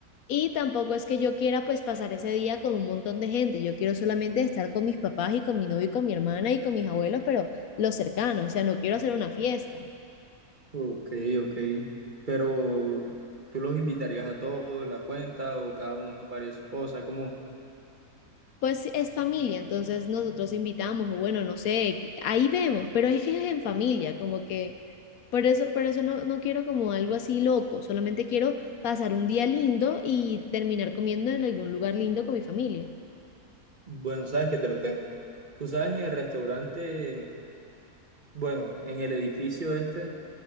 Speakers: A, on the left (about 70°); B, on the right (about 35°).
A: Y tampoco es que yo quiera pues pasar ese día con un montón de gente, yo quiero solamente estar con mis papás y con mi novio y con mi hermana y con mis abuelos, pero los cercanos, o sea, no quiero hacer una fiesta.
B: Ok, ok. Pero tú los invitarías a todos, la cuenta, o cada uno paría su cosa, como,
A: Pues es familia, entonces nosotros invitamos, o bueno, no sé, ahí vemos, pero es que es en familia, como que por eso, por eso no, no quiero como algo así loco, solamente quiero pasar un día lindo y terminar comiendo en algún lugar lindo con mi familia.
B: bueno, sabes que te lo tengo. Tú sabes, en el restaurante, bueno, en el edificio este